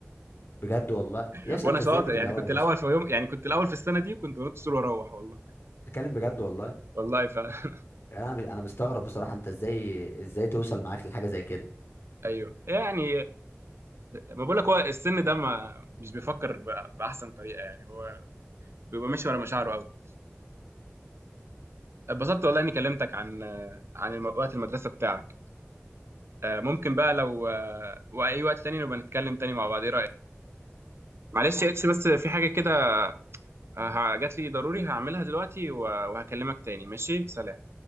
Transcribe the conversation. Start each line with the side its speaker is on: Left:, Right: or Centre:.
Left: بجد والله
Right: <laughs>
Left: يا اسطى
Right: وانا
Left: انت
Right: شاطر
Left: ازاي كنت
Right: يعني
Left: من الاول
Right: كنت
Left: يا
Right: الاول
Left: اسطى
Right: في يوم يعني كنت الاول في السنه دي وكنت بنط السور واروح والله
Left: بتتكلم بجد والله
Right: والله ف <laughs>
Left: يعني انا مش- انا مستغرب بصراحه انت ازاي ازاي توصل معاك لحاجه زي كده
Right: ايوه يعني ما بقول لك هو السن ده ما مش بيفكر ب- باحسن طريقه يعني هو بيبقى ماشي ورا مشاعره قوي اتبسطت والله اني كلمتك عن عن الم- وقت المدرسه بتاعك آه، ممكن بقى لو آه، واي وقت تاني نبقى نتكلم تاني مع بعض ايه رايك معلش يا اتش بس في حاجه كده آه، ه- جات لي ضروري هعملها دلوقتي و- وهكلمك تاني ماشي سلام